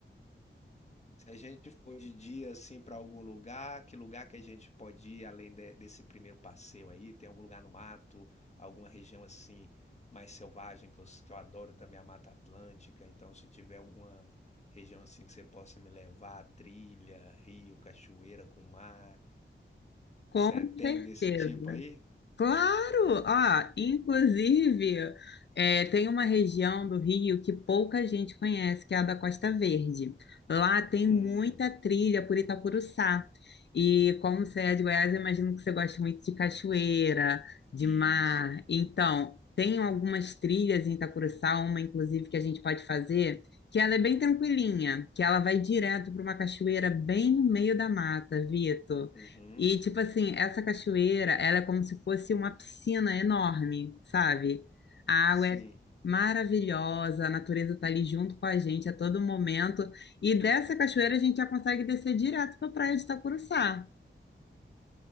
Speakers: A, on the left; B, on the left.
A: Se a gente for de dia assim para algum lugar, que lugar que a gente pode ir além de- desse primeiro passeio aí? Tem algum lugar no mato, alguma região assim mais selvagem que eu, s- que eu adoro também a Mata Atlântica. Então, se tiver alguma região assim que você possa me levar, trilha, rio, cachoeira com mar,
B: com
A: você tem
B: certeza.
A: desse tipo aí?
B: Claro! Ah, inclusive, é, tem uma região do Rio que pouca gente conhece, que é a da Costa Verde. Lá tem
A: Hum,
B: muita trilha por Itacuruçá. E como você é de Goiás, eu imagino que você gosta muito de cachoeira, de
A: isso.
B: mar. Então, tem algumas trilhas em Itacuruçá, uma inclusive que a gente pode fazer, que ela é bem tranquilinha, que ela vai direto para uma cachoeira bem no meio da mata, Vitor.
A: Uhum,
B: E, tipo assim, essa cachoeira, ela é como se fosse uma piscina enorme, sabe? A
A: sim.
B: água é maravilhosa, a natureza tá ali junto com a gente a todo momento. E dessa cachoeira a gente já consegue descer direto para a praia de Itacuruçá.